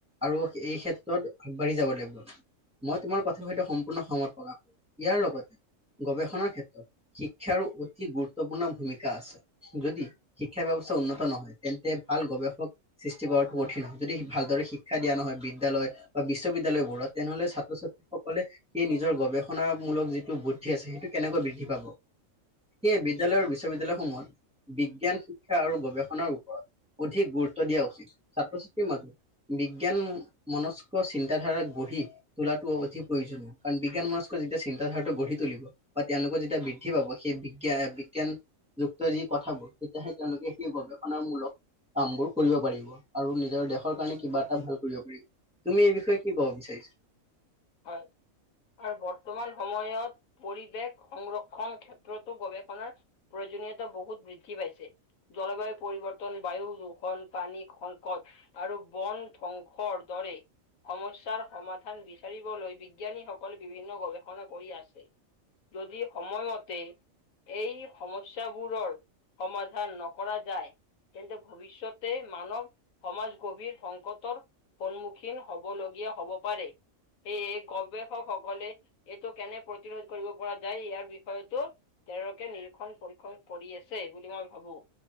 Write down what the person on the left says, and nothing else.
উম,
হয় আৰু বৰ্তমান সময়ত পৰিৱেশ সংৰক্ষণ ক্ষেত্ৰতো গৱে। আপোনাৰ প্ৰয়োজনীয়তা বহুত বৃদ্ধি পাইছে। জলবায়ু পৰিৱৰ্তন, বায়ু দূষন, পানী সংকট। আৰু বন ধ্বংসৰ দৰে সমস্যাৰ সমাধান বি। বিচাৰিবলৈ বিজ্ঞানীসকল বিভিন্ন গৱেষণা কৰি আছে যদি সময়মতে- এই সমস্যাবোৰৰ সমাধান নকৰা যায়। তেন্তে ভৱিষ্যতে মানৱ সমাজ গভীৰ সংকটৰ। সন্মুখীন হ'ব লগীয়া হ'ব পাৰে। সেয়ে গৱেষকসকলে এইটো কেনে প্ৰতিৰোধ কৰিব পৰা যায় ইয়াৰ বিষয়তো। তেওঁলোকে নিৰীক্ষণ পৰীক্ষণ কৰি আছে বুলি মই ভাবো